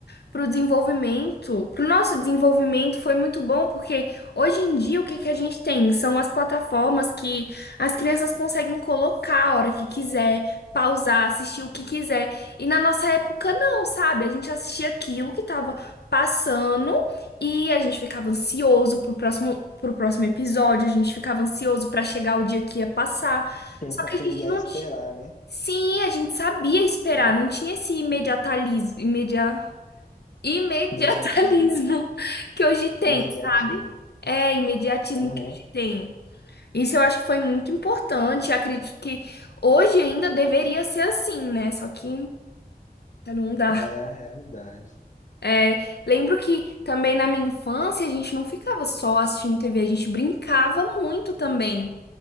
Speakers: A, on the left; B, on the left.
A: pro desenvolvimento, pro nosso desenvolvimento foi muito bom, porque hoje em dia o que que a gente tem? São as plataformas que as crianças conseguem colocar a hora que quiser, pausar, assistir o que quiser. E na nossa época não, sabe? A gente assistia aquilo que tava passando e a gente ficava ansioso pro próximo pro próximo episódio, a gente ficava ansioso para chegar o dia que ia passar.
B: Tinha
A: Só
B: que aprender
A: que a gente
B: a
A: não,
B: esperar, né?
A: Sim, a gente sabia esperar, não tinha esse imediatalismo, imedia, imediatalismo
B: Imediatismo.
A: <laughs> que hoje tem,
B: Imediatismo.
A: sabe? É, imediatismo
B: Aham.
A: que hoje tem. Isso eu acho que foi muito importante. eu acredito que hoje ainda deveria ser assim, né? Só que não dá.
B: Não é a realidade.
A: É, lembro que também na minha infância a gente não ficava só assistindo TV, a gente brincava muito também.